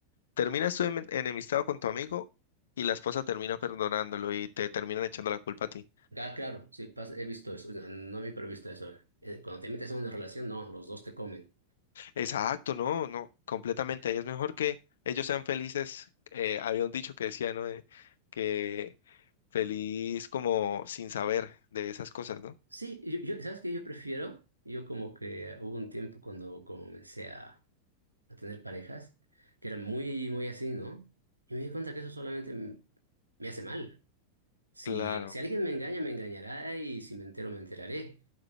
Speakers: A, on the left (about 65°); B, on the right (about 80°).
A: terminas tú en- enemistado con tu amigo y la esposa termina perdonándolo y te terminan echando la culpa a ti.
B: Ah, claro, sí, pas- he visto eso. No, no me he visto eso. Eh, cuando te metes en una relación, no, los dos te comen.
A: Exacto, no, no, completamente. ahí Es mejor que ellos sean felices. eh, había un dicho que decía, ¿no? De que feliz como sin saber de esas cosas, ¿no?
B: Sí, yo, yo- ¿sabes qué yo prefiero? Yo como que hubo un tiempo cuando comencé a, a tener parejas que era muy, muy así, ¿no? Y me di cuenta que eso solamente m- me hace mal. Si,
A: Claro.
B: si alguien me engaña, me engañará y si me entero, me enteraré.